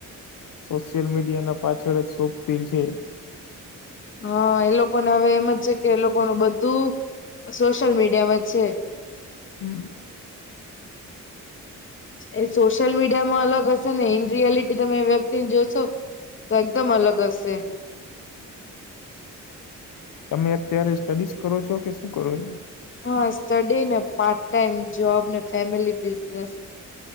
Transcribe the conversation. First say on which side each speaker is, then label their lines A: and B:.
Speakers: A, on the left; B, on the left.
A: સોશિયલ મીડિયા ના પાછળ જ શોભતી છે.
B: હા એ લોકોને હવે એમ જ છે, કે એ લોકોનું બધું સોશિયલ મીડિયામાં છે.
A: હમ.
B: એ સોશિયલ મીડિયા માં અલગ હશે ને ઈન રિયાલિટી તમે એ વ્યક્તિને જોશો તો એકદમ અલગ હશે.
A: તમે અત્યારે સ્ટડીસ કરો છો કે શું કરો છો.
B: હા સ્ટડી ને પાર્ટ ટાઈમ જોબ ને ફેમિલી બિઝનેસ